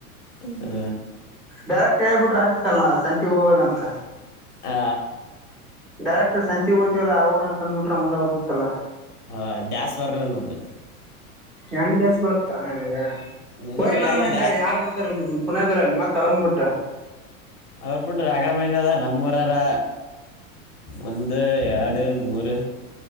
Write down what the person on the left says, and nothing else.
ಹ್ಮ
ಆ
ಹಾ ಡ್ಯಾಸ್ ಬರಲ್ಲಲ್ಲದು <unintelligible>
ನಿನಗ
ಎಲ್ಲ
ದ್ಯಾ
ಅವ್ರಬಿಟ್ಟು ರಾಘ ಮದ ನಮ್ಮೂರಲ್ಲ ಒಂದು ಎರಡು ಮೂರು